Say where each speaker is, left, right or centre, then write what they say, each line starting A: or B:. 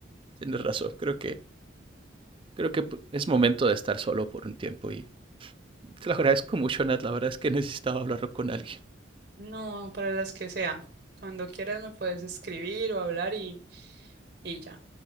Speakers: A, on the right; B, on the right.
A: Tienes razón. Creo que, creo que es momento de estar solo por un tiempo y te lo agradezco mucho, Nat. La verdad es que necesitaba hablarlo con alguien.
B: No, para las que sea. Cuando quieras me puedes escribir o hablar y, y ya.